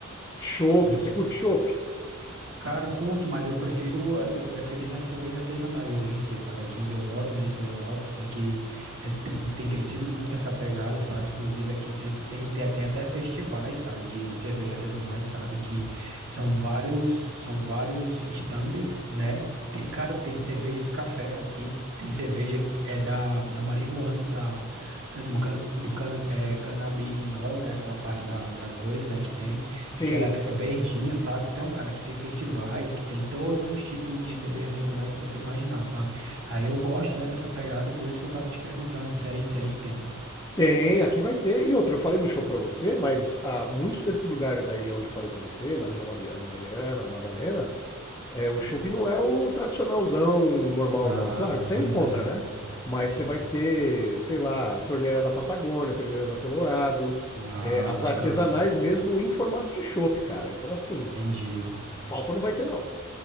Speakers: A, on the left; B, on the right.
A: Chopp,
B: Muito.
A: você curte chopp?
B: Cara, curto, mas eu prefiro, eu tô preferindo as cervejas artesanais hoje em dia, cara. Aqui onde eu moro, né, em Florianópolis, aqui eh, tem, tem crescido muito essa pegada, sabe? Inclusive aqui sempre tem, tem, tem até festivais, cara, de, de cerveja artesanais, sabe? Que são vários, são vários stands, né? Tem, cara, tem cerveja de café aqui, tem cerveja é, da, da marihuana, da, né, do, can, do can, é, canabidinol, né? Aquela parte da, da coisa, né, que tem.
A: Sim.
B: É que ela fica verdinha, sabe? Então, cara, que tem festivais, que tem todos os tipos de cerveja artesanais que você imaginar, sabe? Aí eu gosto, né, dessa pegada, por isso que eu tava te perguntando se aí, se aí tem.
A: Tem, aqui vai ter. E outra, eu falei do show pra você, mas ah, muitos desses lugares aí onde eu falei pra você, na Vila Madiana, Mariana, Madalena, é, o shopping não é o tradicionalzão normal,
B: Ah,
A: não. Claro que você
B: pois
A: encontra,
B: é,
A: né? Mas
B: sim.
A: você vai ter, sei lá, a torneira da Patagônia, a torneira da Colorado,
B: Ah,
A: é, as
B: bacana.
A: artesanais mesmo em formato de chopp, cara. Então, assim,
B: Entendi.
A: falta não vai ter, não.